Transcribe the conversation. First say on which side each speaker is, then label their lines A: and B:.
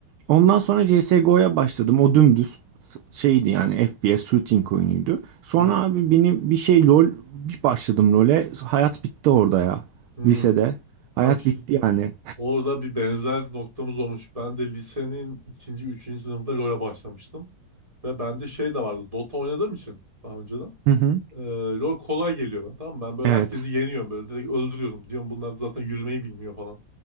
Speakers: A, on the right; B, on the right.
A: Ondan sonra CSGO'ya başladım. O dümdüz s- şeydi yani FPS shooting oyunuydu. Sonra
B: Hmm.
A: abi benim bir şey LoL bir başladım LoL'e. Hayat bitti orada ya.
B: Hmm.
A: Lisede. Hayat
B: Bak şu-
A: bitti yani.
B: orada bir benzer noktamız olmuş. Ben de lisenin ikinci, üçüncü sınıfında LoL'e başlamıştım. Ve bende şey de vardı. Dota oynadığım için daha önceden.
A: Hı hı.
B: Ee, LoL kolay geliyor bana tamam mı? Ben böyle
A: Evet.
B: herkesi yeniyorum böyle direkt öldürüyorum. Diyorum bunlar zaten yürümeyi bilmiyor falan.